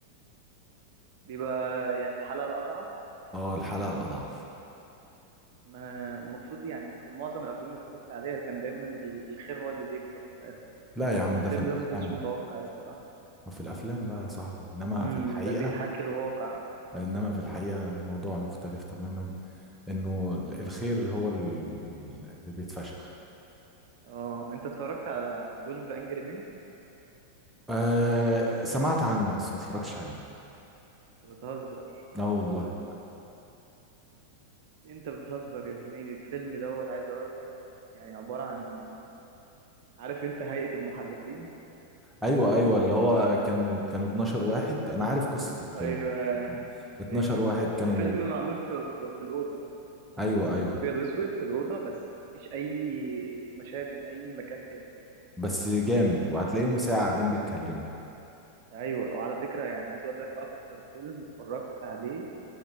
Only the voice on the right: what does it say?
بيبقى يعني الحلقة الأضعف
ما أنا المفروض يعني ك- معظم الأفلام اللي اتفرجت عليها كان دايما ال- الخير هو اللي بيكسب في الآخر
بس
الفيلم
ده ما كنتش
متوقع الصراحة
امم
ده بيحكي الواقع
اه انت اتفرجت على 12 انجري مين
انت بتهزر
انت بتهزر يا زميلي الفيلم دوت عايز اقول لك يعني عبارة عن عارف انت هيئة المحلفين
ايوه
ايوه
الفيلم معمول في في الاوضه
بس
ابيض واسود في الاوضه بس مفيش اي مشاهد من اي مكان تاني
ايوه وعلى فكره يعني عايز اقول لك اكتر فيلم اتفرجت عليه